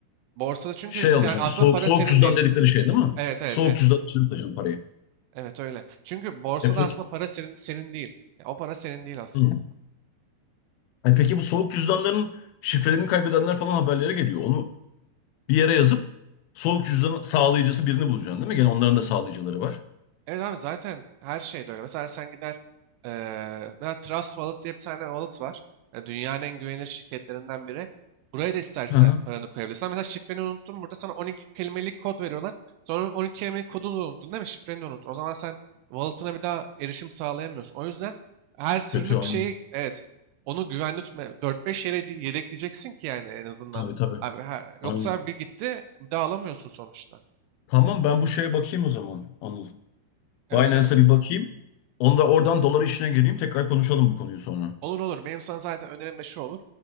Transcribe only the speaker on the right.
Borsada çünkü
sen,
aslında
para
senin
değil.
Evet evet
evet.
Evet öyle. Çünkü borsada
aslında para senin, senin değil. Ya, o para senin değil aslında.
Evet abi zaten her şey de öyle. Mesela sen gider eee mesela Trust Wallet diye bir tane wallet var. E, dünyanın en güvenilir şirketlerinden biri. Buraya da istersen
paranı koyabilirsin. Ama Mesela şifreni unuttun burada sana 12 kelimelik kod veriyorlar. Sonra 12 kelimelik kodu da unuttun değil mi? Şifreni de unuttun. O zaman sen wallet'ına bir daha erişim sağlayamıyorsun. O yüzden her türlü
bir şeyi evet onu güvende tutma. 4-5 yere di- yedekleyeceksin ki yani en azından.
Abi, ha- yoksa
bir gitti bir daha alamıyorsun sonuçta.
Evet
evet.
Olur olur. Benim sana zaten önerim de şu olur.